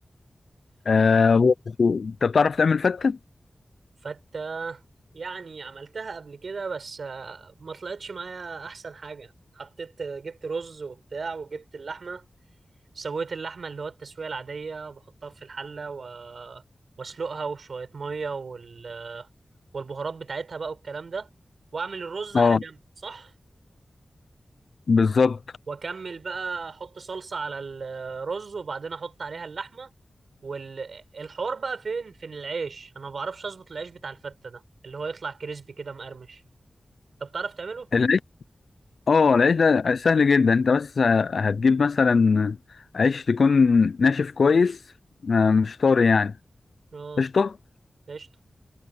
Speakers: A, on the left; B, on the right.
A: آه، و- و- انت بتعرف تعمل فتة؟
B: فتة يعني عملتها قبل كده بس آه، ما طلعتش معايا احسن حاجة حطيت جبت رز وبتاع وجبت اللحمة سويت اللحمة اللي هو التسوية العادية بحطها في الحلة و... واسلقها وشوية مية وال... والبهارات بتاعتها بقى والكلام ده واعمل الرز على
A: اه
B: جنب صح
A: بالظبط
B: واكمل بقى احط صلصة على الرز وبعدين احط عليها اللحمة والحوار بقى فين فين العيش انا ما بعرفش اظبط العيش بتاع الفتة ده اللي هو يطلع كريسبي كده مقرمش طب تعرف تعمله
A: العيش اه العيش ده سهل جدا انت بس هتجيب مثلا عيش تكون ناشف كويس آه، مش طري يعني
B: اه
A: قشطة
B: قشطة